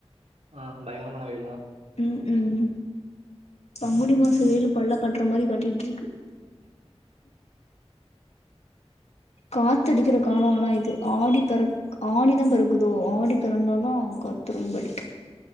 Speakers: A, on the right; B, on the left.
A: ஆஹ் பயங்கரமான வெயிலா
B: உம் உம் பங்குனி மாசம் செ வெயிலு பல்ல கட்டுற மாரி காட்டிட்டு இருக்கு காத்து அடிக்கிற காலம் ஆனா இது ஆடி பெறக் ஆணி தான் பெறக்குதோ ஆடி பிறந்தாதான் காத்து ரொம்ப அடிக்கும்.